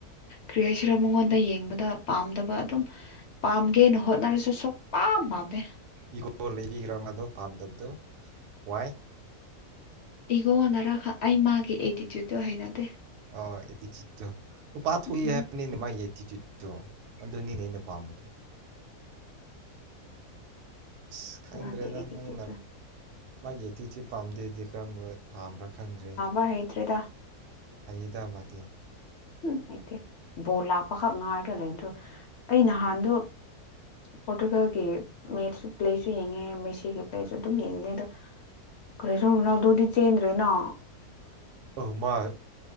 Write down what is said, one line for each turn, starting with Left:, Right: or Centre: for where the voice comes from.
Left: ꯀ꯭ꯔꯤ ꯍꯥꯏꯩꯁꯤꯔ ꯃꯉꯣꯟꯗ ꯌꯦꯡꯕꯗ ꯄꯥꯝꯗꯕ ꯑꯗꯨꯝ ꯄꯥꯝꯒꯦꯅ ꯍꯣꯠꯅꯔꯁꯨ ꯁꯨꯡꯛ ꯄꯥꯝ ꯄꯥꯝꯗꯦ
Right: ꯏꯒꯣ ꯂꯩꯕꯤꯈ꯭ꯔꯥ ꯃꯗꯨ ꯄꯥꯝꯗꯕꯗꯨꯣ ꯋꯥꯏ
Left: ꯏꯒꯣꯟꯅꯔ ꯑꯩ ꯃꯥꯒꯤ ꯑꯦꯇꯤꯇ꯭ꯌꯨꯗꯠꯇꯣ ꯍꯩꯅꯗꯦ
Right: ꯑꯣ ꯑꯦꯇꯤꯇꯨꯠꯇꯣ ꯄꯥꯊꯣꯛ
Left: ꯎꯝ
Right: ꯍꯥꯏꯅꯤꯅꯦ ꯃꯥꯒꯤ ꯑꯦꯇꯤꯇꯨꯠꯇꯣ ꯑꯣ ꯑꯗꯨ ꯅꯤꯅꯦ ꯑꯩꯅ ꯄꯥꯝꯝꯕꯗꯨ ꯑꯁ ꯈꯪꯗ꯭ꯔꯦꯗ
Left: ꯃꯥꯒꯤ ꯑꯦꯇꯤꯇ꯭ꯌꯨꯠꯇꯣ
Right: ꯅꯪꯅ ꯃꯥꯒꯤ ꯑꯦꯇꯤꯇ꯭ꯌꯨꯠ ꯄꯥꯝꯗꯦꯗꯤ ꯀꯔꯝꯕ ꯄꯥꯝꯕ꯭ꯔꯥ ꯈꯪꯗ꯭ꯔꯦ
Left: ꯍꯩꯗ꯭ꯔꯤꯗ
Right: ꯍꯩꯌꯦꯗ ꯑꯃꯗꯤ
Left: ꯎꯝ ꯍꯩꯇꯦ ꯕꯣꯜ ꯂꯥꯛꯄꯈꯛ ꯉꯥꯏꯕ ꯂꯩꯕꯗ ꯑꯩ ꯅꯍꯥꯟꯗꯣ ꯄꯣꯔꯇꯨꯒꯥꯜꯒꯤ ꯃꯦꯠ ꯄ꯭ꯂꯦꯁꯨ ꯌꯦꯡꯉꯦ ꯃꯦꯁꯤꯒꯤ ꯄ꯭ꯂꯦꯁꯨ ꯑꯗꯨꯝ ꯌꯦꯡꯅꯤ ꯑꯗꯣ ꯀꯔꯤ ꯁꯧꯝ ꯅꯎ ꯑꯗꯨꯗꯤ ꯆꯦꯟꯗ꯭ꯔꯦꯅꯣ
Right: ꯑ ꯃꯥ